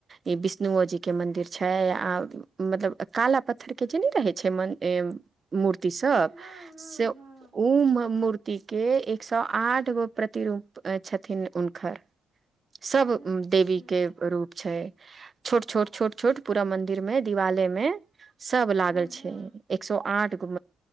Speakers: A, on the right; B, on the right.
A: ई विष्णुओ जी के मंदिर छै आद मतलब काला पत्थरके जे नहि रहै छै म मूर्तिसभ
B: हँ हँ हँ
A: से ओ
B: हँ
A: मूर्तिके एक सए आठ गो प्रतिरूप <unintelligible> छथिथिन हुनकर सब
B: अच्छा
A: देवी के रूप छै छोट छोट छोट छोट पूरा मंन्दिर मे दिवालय मे सब लागल
B: हँ हँ
A: छै एक सए आठ गो